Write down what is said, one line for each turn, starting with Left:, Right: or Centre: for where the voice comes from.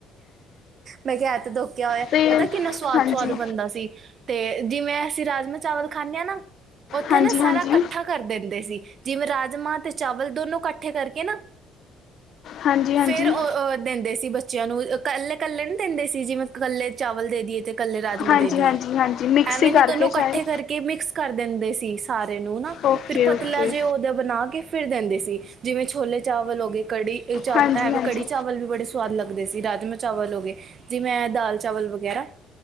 Right: ਮੈਂ ਕਿਹਾ ਤੇ ਧੋ ਖਿਆ ਹੋਇਆ,
Left: ਤੇ
Right: ਪਤਾ ਕਿੰਨਾ ਸਆਦ
Left: ਹਾਂਜੀ
Right: ਸੁਆਦ ਬਣਦਾ ਸੀ। ਤੇ ਜਿਵੇਂ ਅਸੀਂ ਰਾਜਮਾਂ ਚਾਵਲ ਖਾਂਦੇ ਹਾਂ, ਨਾ ਉੱਥੇ
Left: ਹਾਂਜੀ
Right: ਨਾ ਸਾਰਾ
Left: ਹਾਂਜੀ ਹਾਂਜੀ
Right: ਇਕੱਠਾ ਕਰ ਦਿੰਦੇ ਸੀ, ਜਿਵੇਂ ਰਾਜਮਾਂ ਤੇ ਚਾਵਲ ਦੋਨੋ ਇਕੱਠੇ ਕਰਕੇ ਨਾ
Left: ਹਾਂਜੀ
Right: ਫਿਰ ਔ ਹੋਰ ਦਿੰਦੇ ਸੀ ਬੱਚਿਆਂ ਨੂੰ ਇਕੱਲੇ, ਇਕੱਲੇ ਨੀ ਦਿੰਦੇ ਸੀ ਜਿਵੇਂ ਇਕੱਲੇ ਚਾਵਲ ਦੇ ਦੀਈਏ ਤੇ ਇਕੱਲੇ ਰਾਜਮਾ
Left: ਹਾਂਜੀ
Right: ਦੇ ਦੀਏ,
Left: ਹਾਂਜੀ ਹਾਂਜੀ ਮਿਕਸੀ
Right: ਐਵੇਂ
Left: ਕਰਕੇ
Right: ਨਹੀਂ ਦੋਨੋ ਇਕੱਠੇ
Left: ਸ਼ਾਇਦ
Right: ਕਰਕੇ ਕੇ ਮਿਕਸ ਕਰ ਦਿੰਦੇ ਸੀ ਸਾਰੇ ਨੂੰ ਨਾ,
Left: ਓਕੇ
Right: ਫਿਰ ਪਤਲਾ
Left: ਓਕੇ
Right: ਜੇ ਉਹਦਾ ਬਣਾ ਕੇ ਫਿਰ ਦਿੰਦੇ ਸੀ। ਜਿਵੇਂ ਛੋਲੇ ਚਾਵਲ ਹੋ ਗਏ, ਕੜੀ ਚਾਵ
Left: ਹਾਂਜੀ
Right: ਐਵੇਂ
Left: ਹਾਂਜੀ
Right: ਕੜੀ ਚਾਵਲ ਵੀ ਬੜੇ ਸਵਾਦ ਲੱਗਦੇ ਸੀ, ਰਾਜਮਾ ਚਾਵਲ ਹੋ ਗਏ, ਜਿਵੇਂ ਦਾਲ ਚਾਵਲ ਵਗੈਰਾ